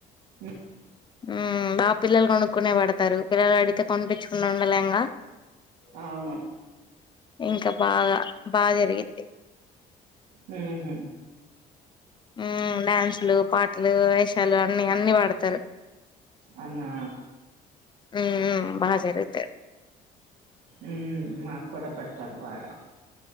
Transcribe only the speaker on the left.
ఉమ్ బా పిల్లల్ గొనుక్కునే బడతారు పిల్లలడిగితే కొనిపించకుండ ఉండలేం గా.
ఇంక బాగా బా జరిగిద్ది.
ఉమ్ డాన్స్లు పాట్. లు వేషాలు అన్ని అన్ని వాడతరు.
ఉమ్ బా జరగుతది.